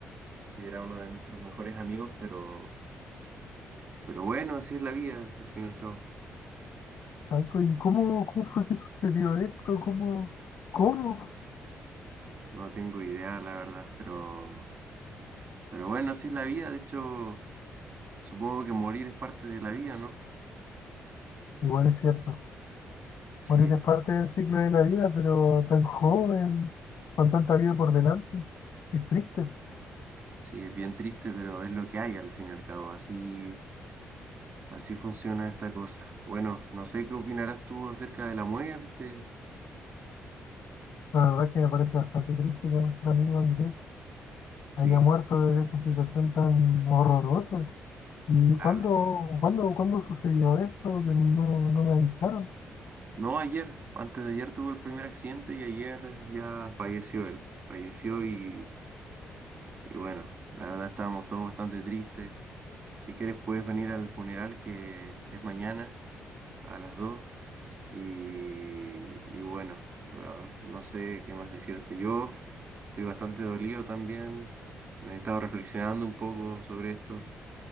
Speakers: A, on the right; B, on the left.
A: Sí, era uno de nuestros mejores amigos, pero, pero bueno, así es la vida, al fin y al cabo.
B: Ay, co- ¿y cómo, cómo fue que sucedió esto? ¿Cómo? ¿Cómo?
A: No tengo idea, la verdad, pero, pero bueno, así es la vida. De hecho, supongo que morir es parte de la vida, ¿no?
B: Igual es cierto.
A: Sí,
B: Morir es parte del ciclo de la vida, pero tan joven, con tanta vida por delante. Es triste.
A: sí, es bien triste, pero es lo que hay, al fin y al cabo. Así. Así funciona esta cosa. Bueno, no sé qué opinarás tú acerca de la muerte.
B: La verdad que me parece bastante triste, la, la amigo Andrés.
A: Sí,
B: haya muerto de esta situación tan horrorosa. ¿Y
A: claro.
B: cuándo, cuándo, cuándo sucedió esto? Que no, no no me avisaron.
A: No, ayer, antes de ayer tuve el primer accidente y ayer ya falleció él. Falleció y, y bueno, la verdad estábamos todos bastante tristes. Si quieres puedes venir al funeral que es mañana a las 2 y, y bueno, ah, no sé qué más decirte. Yo estoy bastante dolido también. Me he estado reflexionando un poco sobre esto.